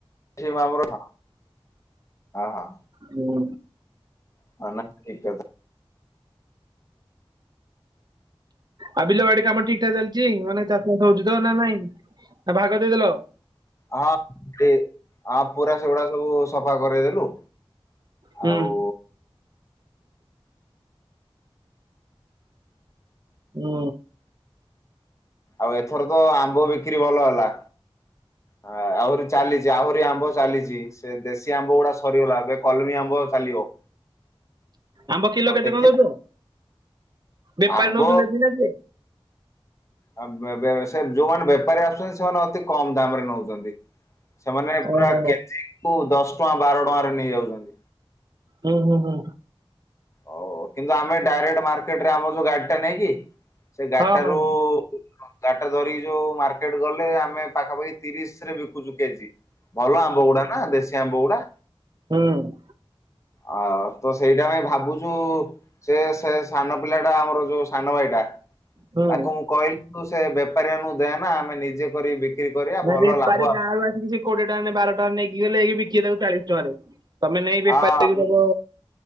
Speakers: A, on the left (about 30°); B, on the right (about 45°).
A: ଠିମର ହ ହଁ।
B: ହୁଁ।
A: <unintelligible>
B: ଆ ବିଲ ବାଡି କାମ ଠିକ ଠାକ ଚାଲିଛି ମାନେ ଚାଷବାସ ହଉଛି ତ ନା ନାଇଁ ଭାଗ ଦେଇଦେଲ?
A: ହଁଁ ପୁରା ସେଗୁଡା ସବୁ ସଫା କରଇ ଦେଲୁ।
B: ହୁଁ
A: ଆଉ
B: ହୁଁ।
A: ଆଉ ଏଥର ତ ଆମ୍ବ ବିକ୍ରି ଭଲ ହେଲା। ଆ ଆହୁରି ଚାଲିଛି ଆହୁରି ଆମ୍ବ ଚାଲିଛି ସେ ଦେଶୀ ଆମ୍ବ ଗୁଡା ସରିଗଲା ଏବେ କଲମୀ ଆମ୍ବ ଚାଲିବ।
B: ଆମ୍ବ କିଲ
A: ତ
B: କେତେ
A: ଦେଖିବା
B: କଣ ଦଉଛ? ବେପାରୀ
A: ଆମ୍ବ
B: ନଉଛନ୍ତି <unintelligible> ଟଏ
A: ଯୋଉମାନେ ବେପାରୀ ଆସୁଛନ୍ତି ସେମାନେ ଅତି କମ ଦାମ ରେ ନୋଉଛନ୍ତି। ସେମାନେ
B: ଓହୋ
A: ପୁରା କେଜି କୁ ଦଶ ଟଙ୍କା, ବାର ଟଙ୍କାରେ ନେଇଯାଉଛନ୍ତି।
B: ହୁଁ, ହୁଁ, ହୁଁ।
A: ହଉ ହଉ କିନ୍ତୁ ଆମେ ଡାଇରେକ୍ଟ ମାର୍କେଟରେ ଆମର ଯୋଉ ଗାଡି ଟା ନେଇକି ସେ ଗାଡିଟାରୁ
B: ହଁ ହଁ
A: ଗାଡି ଟା ଧରିକି ଯୋଉ ମାର୍କେଟ ଗଲେ ଆମେ ପାଖାପାଖି ତିରିଶ ରେ ବିକୁଛୁ କେଜି। ଭଲ ଆମ୍ବ ଗୁଡା ନା ଦେଶୀ ଆମ୍ବ ଗୁଡା,
B: ହୁଁ।
A: ଆଉ ତ ସେଇଟା ପାଇଁ ଭାବୁଛୁ ଯୋଉ ସେ ସେ ସାନ ପିଲା ଟା ଆମର ଯୋଉ ସାନ ଭାଇଟା
B: ହୁଁ।
A: ତାକୁ ମୁଁ କହିଲି ତୁ ସେ ବେପାରୀ ମାନଙ୍କୁ ଦେଆ ନା ଆମେ ନିଜେ କରି ବିକ୍ରି କରିବା
B: ନା
A: ଭଲ
B: ବେପାରୀ
A: ଲାଭ ଆ
B: ଗାଁରୁ ସେ କୋଡିଏ ଟଙ୍କାରେ ବାର ଟଙ୍କାରେ ନେଇିକି ଗଲେ ବିକିବେ ତାକୁ ଚାଳିଶ ଟଙ୍କାରେ। ତମେ ନେଇ ବେପାରୀକୁ
A: ହଁ
B: ଦବ
A: ମୁଁ